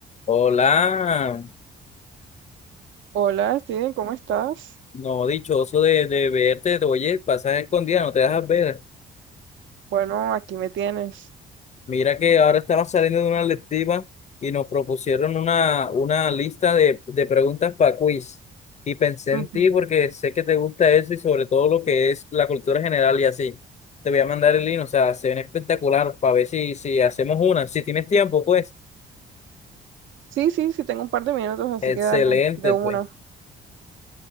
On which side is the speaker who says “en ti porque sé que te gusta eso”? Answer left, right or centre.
Left